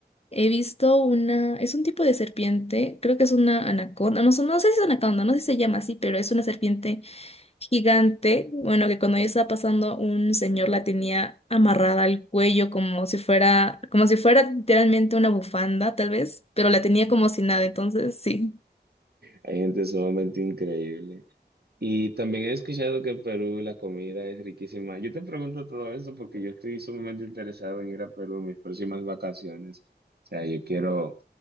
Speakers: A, on the left; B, on the right.
A: he visto una, es un tipo de serpiente, creo que es una anaconda, no, sé- no sé si es anaconda, no sé si se llama así, pero es una serpiente gigante, bueno, que cuando yo estaba pasando, un señor la tenía amarrada al cuello como si fuera, como si fuera literalmente una bufanda, tal vez, pero la tenía como si nada, entonces sí.
B: Hay gente sumamente increíble. Y también he escuchado que en Perú la comida es riquísima. Yo te pregunto todo esto porque yo estoy sumamente interesado en ir a Perú en mis próximas vacaciones. O sea, yo quiero